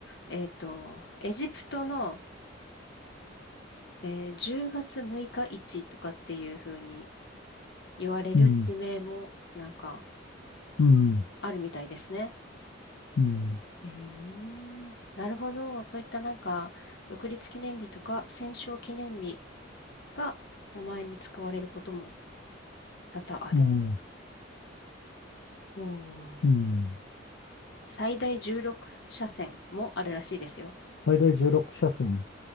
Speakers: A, on the left (about 65°); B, on the left (about 80°).
A: えーっと、エジプトの、えー10月6日市とかっていう風に言われる地名もなんか
B: うん。うん。
A: あるみたいですね。
B: うん。
A: えー、なるほど。そういったなんか、独立記念日とか戦勝記念日が名前に使われることも多々ある。
B: うん。
A: おー
B: うん
A: 最大16車線もあるらしいですよ。
B: 最大16車線。